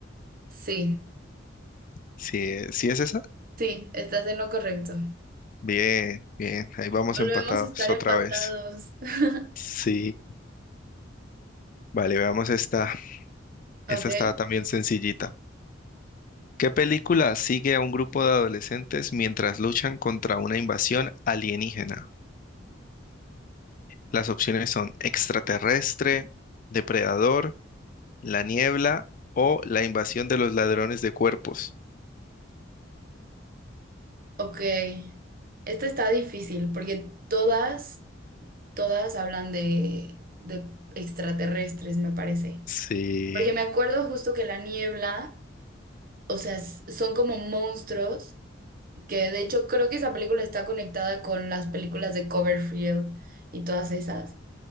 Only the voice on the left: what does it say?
Si, si es esa.
Bien, bien, ahí vamos
empatados
otra
vez.
Sí, vale, veamos esta. Esta
está también sencillita. ¿Qué película sigue a un grupo de adolescentes mientras luchan contra una invasión alienígena? Las opciones son extraterrestre, depredador, la niebla o la invasión de los ladrones de cuerpos.
Sí,